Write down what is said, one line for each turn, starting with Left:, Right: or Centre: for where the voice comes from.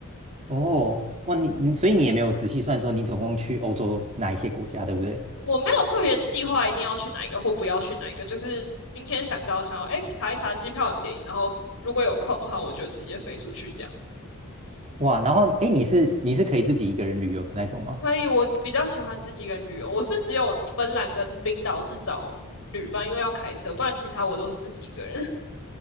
Right: 哦，哇，你你所以你也没有仔细算说你总共去欧洲哪一些国家，对不对？
Left: 我没有特别计划一定要去哪一个或不要去哪一个，就是今天想到想要，哎，查一查机票很便宜，然后如果有空的话，我就直接飞出去这样。
Right: 哇，然后诶，你是你是可以自己一个人旅游的那种吗？
Left: 所以我比较喜欢自己一个人旅游，我是只有芬兰跟冰岛是找旅伴，因为要开车，不然其他我都是自己一个人。<laughs>